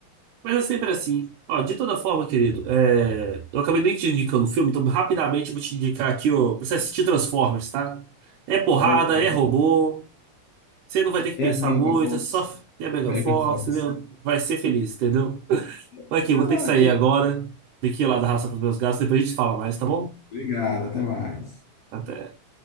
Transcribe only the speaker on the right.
Mas é sempre assim. Ó, de toda forma, querido, é, eu acabei nem te indicando o filme, então rapidamente eu vou te indicar aqui, ó, pra você assistir Transformers, tá? É porrada,
é robô. Você não vai ter que
pensar
muito,
é só ter a Megan
Fox,
entendeu? Vai ser feliz, entendeu?
Mas Aqui, vou ter que sair
agora. Daqui lá da raça pros meus gatos, depois a gente fala mais, tá bom?
Até.